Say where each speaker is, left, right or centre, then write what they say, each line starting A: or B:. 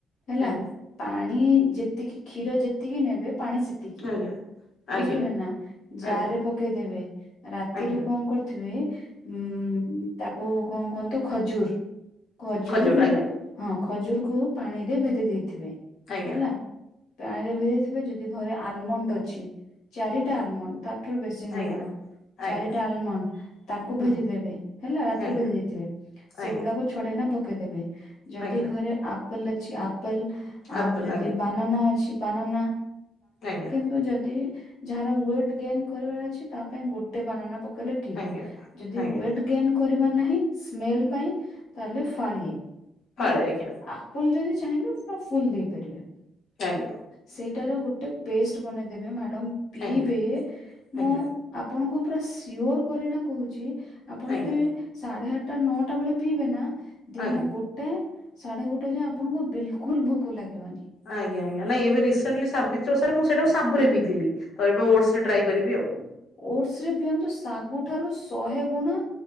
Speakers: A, on the left; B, on the left.
A: ହେଲା।
B: ହୁଁ
A: ପାଣି ଯେତିକି କ୍ଷୀର ଯେତିକି ନେବେ ପାଣି ସେତ ତିକି
B: ଆଜ୍ଞା ଆଜ୍ଞା
A: ବୁଝିପାରିଲେ ନା, ଜାରରେ
B: ଆଜ୍ଞା
A: ପକେଇଦେବେ ରାତିରୁ
B: ଆଜ୍ଞା
A: କଣ କରିଥିବେ ଉଁ ତାକୁ କଣ କୁହନ୍ତୁ ତ ଖଜୁର। ଖଜୁରକୁ
B: ଖଜୁର ଆଜ୍ଞା
A: ହଁ ଖଜୁରକୁ ପାଣି ରେ ଭେଦେଇ ଦେଇଥିବେ।
B: ଆଜ୍ଞା
A: ହେଲା, ପାଣିରେ ଭେଦେଇଥିବେ ଯଦି ଘରେ ଆଲମଣ୍ଡ ଅଛି। ଚାରିଟା
B: ହଁ
A: ଆଲମଣ୍ଡ ତାଠାରୁ ବେଶୀ ନାହିଁ
B: ଆଜ୍ଞା
A: ମ୍ୟାଡ଼ାମ। ଚାରିଟା
B: ଆଜ୍ଞା।
A: ଆଲମଣ୍ଡ ତାକୁ
B: ହୁଁ
A: ଭେଜି ଦେବେ ହେଲା ରାତିରୁ
B: ଆଜ୍ଞା
A: ଭେଜି ଦେଇଥିବେ। ସେଗୁଡାକ
B: ଆଜ୍ଞା
A: ପକେଇ ଦେବେ ଯଦି
B: ଆଜ୍ଞା
A: ଘରେ ଆପଲ ଆଲ ଆ
B: ଆପଲ୍ ଆଜ୍ଞା
A: ଯ ବାନାନା ଅଛି ବାନାନା
B: ଆଜ୍ଞା
A: ତ ଯଦି ଯାହାର ୱେଟ ଗେନ୍ କରିବାର ଅଛି ତା ପାଇଁ ଗୋଟେ ବାନାନା ପ କଲେ ଠିକ
B: ଆଜ୍ଞା
A: ଯଦି
B: ଆଜ୍ଞା
A: ୱେଟ ଗେନ୍ କରିବାର ନାହିଁ ସ୍ମେଲ ପାଇଁ ତାହେଲେ ଫଳିଏ
B: ଫାଳେ
A: ହେଲା।
B: ଆଜ୍ଞା
A: ଆପୁଲ ଯଦି ଚାହିଁବେ ପୁରା ଫୁଲ ଦେଇପାରିବେ।
B: ଆଜ୍ଞା।
A: ସେଇଟାର ଗୋଟେ ପେଷ୍ଟ ବନେଇଦବେ ମ୍ୟାଡ଼ାମ ପିଇବେ
B: ଆଜ୍ଞା
A: ମୁଁ
B: ଆଜ୍ଞା
A: ଆପଣଙ୍କୁ ପୁରା ସିଓର କରିନା କହୁଛି ଆପଣ
B: ଆଜ୍ଞା
A: ଯଦି ସାଢେ ଆଠଟା, ନଅଟା ବେଳେ ପିଇବେ ନା ଦିନ
B: ଆଜ୍ଞା ଆଜ୍ଞା
A: ଗୋଟେ ଗୋଟେ ସାଢେ ଗୋଟେ ଯାଏ ଆପଣଙ୍କୁ ବିଲକୁଲ ଭୋକ ଲାଗିବନି।
B: ଆଜ୍ଞା, ଆଜ୍ଞା ନଁ ଏବେ ରିସେଣ୍ଟଲି ସାବିତ୍ରୀ ଓଷାରେ ମୁଁ ସେଟା ଶାବୁରେ ପିଇଥିଲି। ତ ଏବେ ଓଟସ୍ ରେ ଟ୍ରାଏ କରିବି ଆଉ।
A: ଓଟସ୍ ରେ ପିଅନ୍ତୁ ଶାଗୁଠାରୁ ଶହେ ଗୁଣ